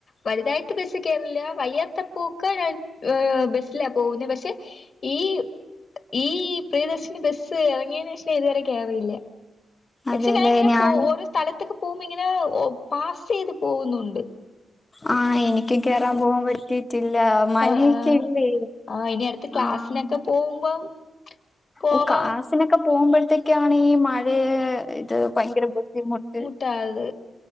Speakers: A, on the left; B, on the left.
A: വലുതായിട്ട് ബസ്സ് കേറില്ല വയ്യാത്തപ്പോ ക്കെ ഞാൻ ഹ്ബസ്സിലാ പോകുന്നേ പക്ഷെ ഈ ഈ പ്രിയദർശിനി ബസ്സ് എറങ്ങയ്‌ൻ തുവരെ കേറില്ല പക്ഷെ
B: അതെല്ലേ
A: ഞാനിങ്ങനെ
B: ഞാൻ
A: പൊ ഓരോ സ്ഥലത്തൊക്കെ പോകുമ്പോ ഇങ്ങനെ പാസ് ചെയ്ത് പോകുന്നുണ്ട്
B: ആഹ് എനിക്ക് കേറാൻ പോകാൻ പറ്റി റ്റില്ല മഴയൊക്കെ
A: ആഹ്
B: ഇല്ലേ
A: ആഹ് ഇനി അടുത്ത ക്ലാസ്സിനൊക്കെ
B: ആഹ്
A: പോകുമ്പം പോവാം
B: ഓഹ് ക്ലാസിനൊക്കെ പോകുമ്പോഴത്തേക്കാണ് ഈ മഴയ ഇത് ഭയങ്കര ബുദ്ധിമുട്ട്
A: ട്ടാത്